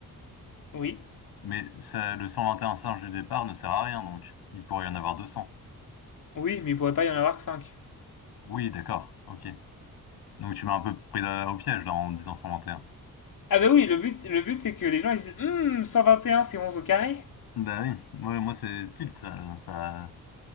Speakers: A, on the left (about 60°); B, on the left (about 85°).
A: oui,
B: Mais ça, le 121 singe du départ ne sert à rien, donc il pourrait y en avoir 200.
A: oui, mais il pourrait pas y en avoir que 5.
B: Oui, d'accord, ok. Donc tu m'as un peu pris euh, au piège là en disant 121.
A: Ah bah oui, le but, le but c'est que les gens ils disent Hum, 121, c'est 11 au carré.
B: Bah oui, moi, moi c'est tilt, ça, ça,